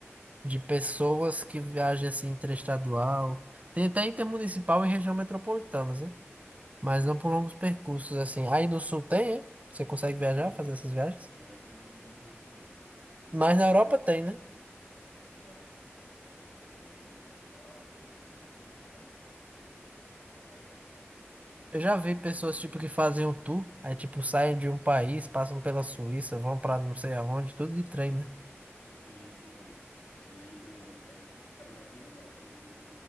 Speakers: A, on the right; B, on the left.
A: de pessoas que viajem assim interestadual. Tem até intermunicipal em região metropolitana, né?
B: Sim.
A: mas não por longos percursos, assim. Aí no sul tem, hein? Você consegue viajar,
B: Não,
A: fazer essas viagens?
B: pior que não, não tem também. E eu,
A: Mas na
B: eu,
A: Europa tem, né?
B: uma grande questão. É, Tem, tem, aí tem trem bala, tem trem, depende da tarifa que você, que você está disposto a pagar, sabe?
A: Eu já vi
B: Mas
A: pessoas,
B: é,
A: tipo, que fazem um tour, aí, tipo, saem de um país, passam pela Suíça, vão pra não sei aonde, tudo de trem,
B: é,
A: né?
B: é, tem esse lance. E aí, é, é- cara, eu acho bem legal, porque o trem,